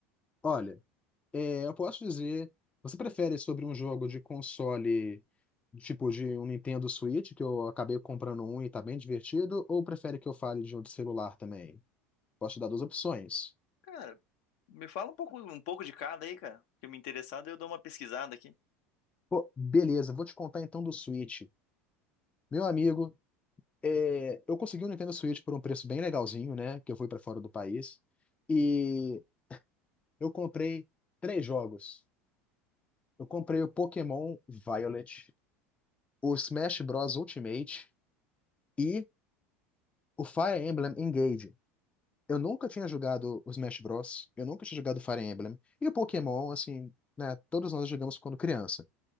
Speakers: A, on the left; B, on the left.
A: Olha, É, eu posso dizer, você prefere sobre um jogo de console, tipo de um Nintendo Switch, que eu acabei comprando um e tá bem divertido, ou prefere que eu fale de um de celular também? Posso te dar duas opções.
B: Cara, me fala um pouco, um pouco de cada aí, cara. Que me interessado, eu dou uma pesquisada aqui.
A: Pô, beleza, vou te contar então do Switch. Meu amigo, é, eu consegui um Nintendo Switch por um preço bem legalzinho, né? Que eu fui pra fora do país. E eu comprei três jogos. Eu comprei o Pokémon Violet, o Smash Bros. Ultimate e o Fire Emblem Engage. Eu nunca tinha jogado o Smash Bros. Eu nunca tinha jogado Fire Emblem. E o Pokémon, assim, né? Todos nós jogamos quando criança.